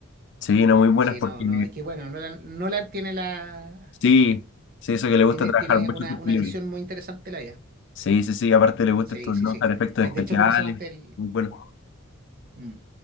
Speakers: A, on the left (about 60°); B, on the right (about 45°).
A: Sí, no, muy buenas
B: Sí,
A: porque...
B: no, no, es que bueno, Nolan, Nolan tiene la
A: Sí, sí, eso que le gusta
B: tiene,
A: trabajar
B: tiene
A: mucho
B: una,
A: sus
B: una
A: películas.
B: visión muy interesante de la vida.
A: Sí, sí, sí, aparte le gusta
B: Sí,
A: esto de
B: sí,
A: notar
B: sí.
A: efectos
B: Eh,
A: especiales,
B: De hecho, ¿cómo se llama este?
A: muy bueno.
B: Mm.